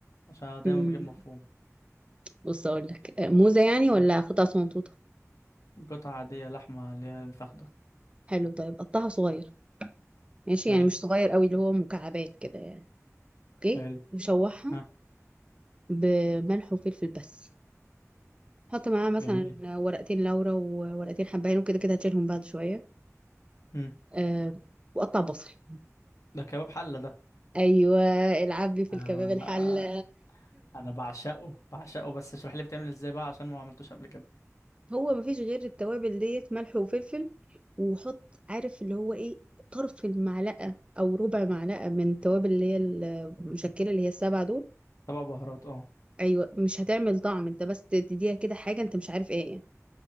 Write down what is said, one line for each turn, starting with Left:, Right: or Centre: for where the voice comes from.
Left: عشان أنا دايما
Right: امم
Left: بجيب مفروم
Right: بص اقول لك موزه يعني ولا
Left: مم.
Right: قطع صغنطوطه
Left: قطعه عاديه لحمه اللي هي الفخده
Right: حلو طيب قطعها صغير ماشي
Left: حلو
Right: يعني مش صغير قوي اللي هو مكعبات كده يعني اوكي
Left: حلو
Right: وشوحها
Left: ها
Right: بملح وفلفل بس حط معاه مثلا
Left: جميل
Right: ورقتين لورا وورقتين حبهان وكده كده هتشيلهم بعد شوية
Left: مم.
Right: أه وقطع بصل
Left: ده كباب حله ده
Right: ايوه العبي في
Left: آه
Right: الكباب الحلة
Left: آه انا بعشقه بعشقه بس اشرح لي بتعمل ازاي بقى عشان ما عملتوش قبل كده
Right: <laughs> هو مفيش غير التوابل ديت ملح وفلفل وحط عارف اللي هو ايه طرف المعلقة او ربع معلقة من التوابل اللي هي المشكلة اللي هي السبعة دول
Left: طبق بهارات اه
Right: ايوه مش هتعمل طعم انت بس تديها كده حاجة انت مش عارف ايه